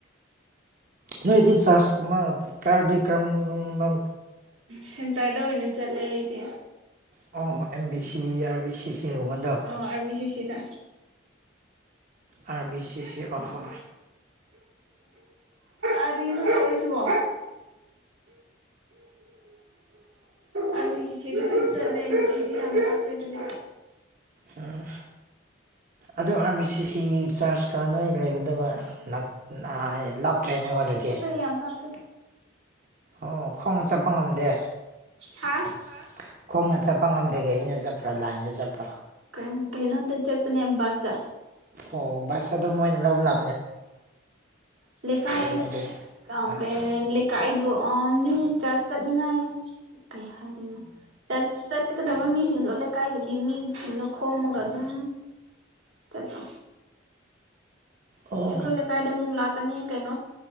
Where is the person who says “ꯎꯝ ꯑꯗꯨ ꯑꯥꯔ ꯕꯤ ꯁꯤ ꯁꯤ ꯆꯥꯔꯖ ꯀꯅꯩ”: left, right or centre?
Right